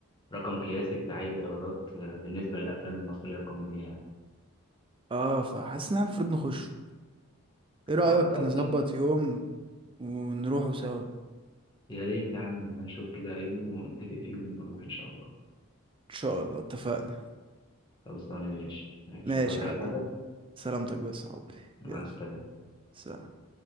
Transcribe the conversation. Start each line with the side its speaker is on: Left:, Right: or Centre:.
Left: رقم قياسي في تعيين الايرادات آه، بالنسبه للافلام المصريه الكوميديه يعني
Right: اه فحاسس ان احنا المفروض نخشه ايه رأيك
Left: اه طب
Right: نظبط يوم ونروحوا سوا
Left: يا ريت يا عم نبقى نشوف كده يوم ونتفق فيه ونبقى نروح ان شاء الله
Right: ان شاء الله اتفقنا
Left: خلصانه يا باشا ماشي
Right: ماشي
Left: هتعوز اي
Right: يا حبيبي
Left: حاجه
Right: سلامتك بس يا حبي
Left: مع
Right: يلا
Left: السلامه
Right: سلام